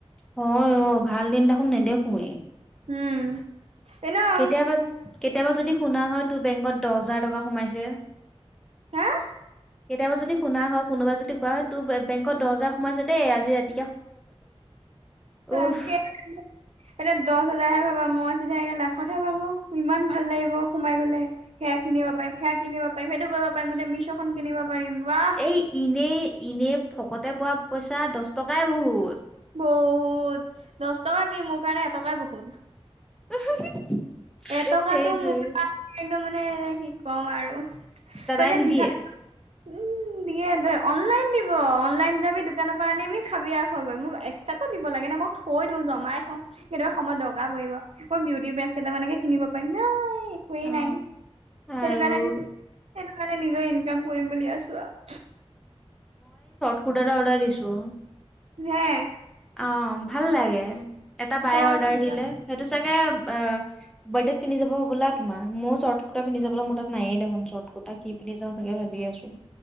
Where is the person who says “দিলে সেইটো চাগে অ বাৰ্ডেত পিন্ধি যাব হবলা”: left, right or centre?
Centre